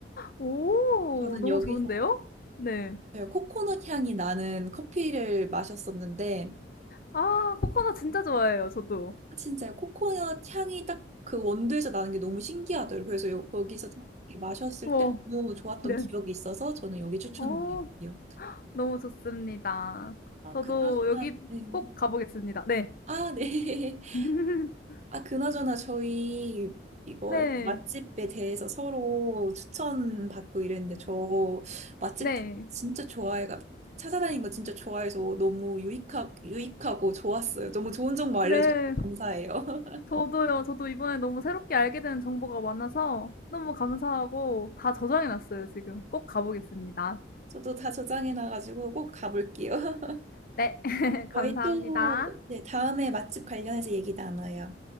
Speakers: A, on the left; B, on the right.
A: 오.
B: 저는
A: 너무
B: 여기서
A: 좋은데요? 네.
B: 네, 코코넛 향이 나는 커피를 마셨었는데,
A: 아 코코넛 진짜 좋아해요 저도.
B: 진짜 코코넛 향이 딱 그 원두에서 나는 게 너무 신기하더라고요. 그래서 요- 거기서 딱 이렇게 마셨을
A: 우와.
B: 때 너무 좋았던
A: 네.
B: 기억이 있어서 저는 여기 추천드릴게요.
A: 어. 너무 좋습니다.
B: 아,
A: 저도
B: 그나저나,
A: 여기
B: 네.
A: 꼭 가 보겠습니다. 네.
B: 아, 네.
A: <laughs>
B: <laughs> 아, 그나저나 저희 이거
A: 네.
B: 이렇게 맛집에 대해서 서로 추천받고 이랬는데 저 맛집
A: 네.
B: 딱 진짜 좋아해가 찾아다니는 거 진짜 좋아해서 너무 유익하, 유익하고 좋았어요. 너무 좋은 정보 알려주셔서
A: 네.
B: 감사해요. <laughs>
A: 저도요. 저도 이번에 너무 새롭게 알게 된 정보가 많아서 너무 감사하고 다 저장해 놨어요 지금. 꼭 가 보겠습니다.
B: 저도 다 저장해놔가지고 꼭 가볼게요. <laughs>
A: 네. <laughs> 감사합니다.
B: 저희 또, 네, 다음에 맛집 관련해서 얘기 나눠요.